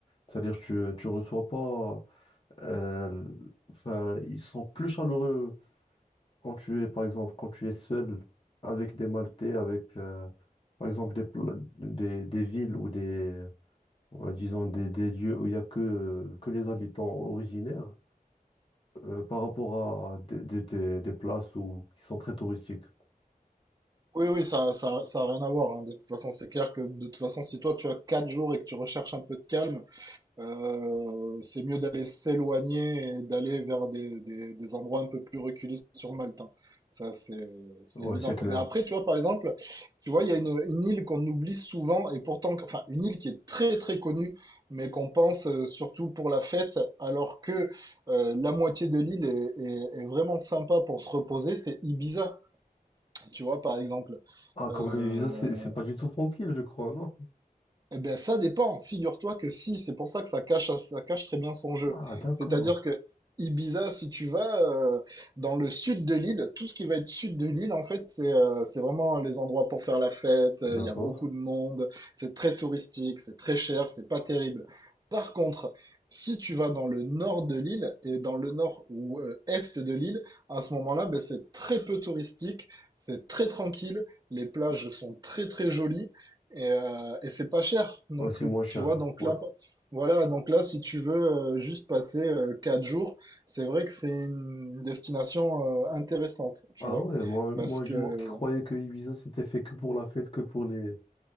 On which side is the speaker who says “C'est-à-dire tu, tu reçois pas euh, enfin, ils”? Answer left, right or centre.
Left